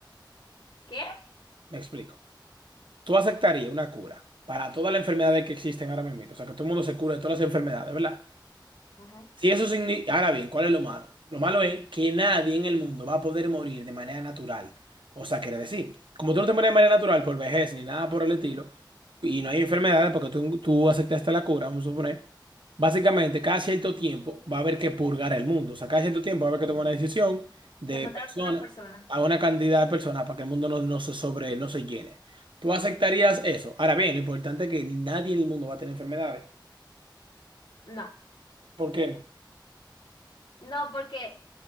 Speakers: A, on the left; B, on the right.
A: ¿Qué?
B: Me explico. ¿Tú aceptarías una cura para todas las enfermedades que existen ahora mismo? O sea, que todo el mundo se cura de todas las enfermedades, ¿verdad?
A: Ujú.
B: Si eso significa... Ahora bien, ¿cuál es lo malo? Lo malo es que nadie en el mundo va a poder morir de manera natural. O sea, quiere decir, como tú no te mueres de manera natural por vejez ni nada por el estilo, y no hay enfermedades porque tú, tú aceptaste la cura, vamos a suponer, básicamente cada cierto tiempo va a haber que purgar el mundo. O sea, cada cierto tiempo va a haber que tomar una decisión de
A: ¿De matar
B: personas
A: a una persona?
B: a una cantidad de personas para que el mundo no, no se sobre, no se llene. ¿Tú aceptarías eso? Ahora bien, lo importante es que nadie en el mundo va a tener enfermedades.
A: No,
B: ¿Por qué no?
A: no, porque,